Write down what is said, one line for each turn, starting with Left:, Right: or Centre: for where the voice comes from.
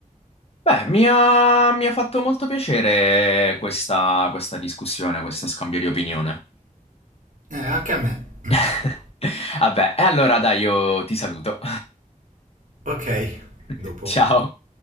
Left: Beh, mi ha, mi ha fatto molto piacere questa, questa discussione, questo scambio di opinione.
Right: Eh, anche a me.
Left: <laughs>
Right: <clears throat>
Left: Vabbè, e allora dai, io ti saluto.
Right: Ok,
Left: <laughs>
Right: dopo.
Left: Ciao.